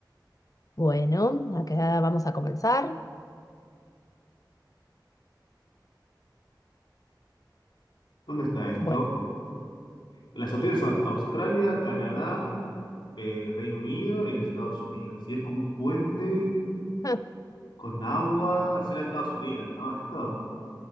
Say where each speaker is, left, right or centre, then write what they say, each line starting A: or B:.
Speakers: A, on the left; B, on the left.
A: Bueno, acá vamos a comenzar.
B: ¿Dónde está esto?
A: Bueno.
B: Las opciones son Australia, Canadá, eh, Reino Unido y los Estados Unidos. Si es como un puente
A: <laughs>
B: con agua, será Estados Unidos, ¿no? Esto,